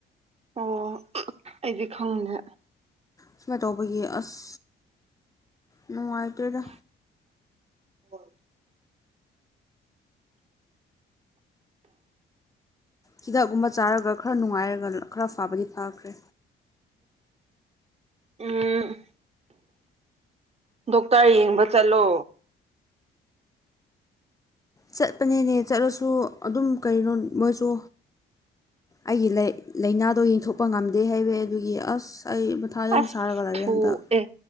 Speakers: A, on the right (about 30°); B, on the left (about 15°).
A: ꯑꯣ ꯑꯩꯗꯤ ꯈꯪꯗꯦ
B: ꯁꯨꯃꯥꯏꯅ ꯇꯧꯕꯒꯤ ꯑꯁ ꯅꯨꯡꯉꯥꯏꯇꯦꯗ
A: ꯑꯣ
B: ꯍꯤꯗꯥꯛꯀꯨꯝꯕ ꯆꯥꯔꯒ ꯈꯔ ꯅꯨꯡꯉꯥꯏꯔꯒ ꯈꯔ ꯐꯕꯗꯤ ꯐꯥꯈ꯭ꯔꯦ
A: ꯎꯝ ꯗꯣꯛꯇꯔ ꯌꯦꯡꯕ ꯆꯠꯂꯣ
B: ꯆꯠꯄꯅꯤꯅꯦ ꯆꯠꯂꯁꯨ ꯑꯗꯨꯝ ꯀꯩꯅꯣ ꯃꯣꯏꯁꯨ ꯑꯩꯒꯤ ꯂꯥꯏꯅꯥꯗꯣ ꯌꯦꯡꯊꯣꯛꯄ ꯉꯝꯗꯦ ꯍꯥꯏꯕ ꯑꯗꯨꯒꯤ ꯑꯁ ꯑꯩ ꯃꯊꯥ ꯌꯥꯝ
A: ꯑꯁ
B: ꯁꯥꯔꯒ ꯂꯩꯔꯦ ꯍꯟꯗꯛ
A: ꯑꯦ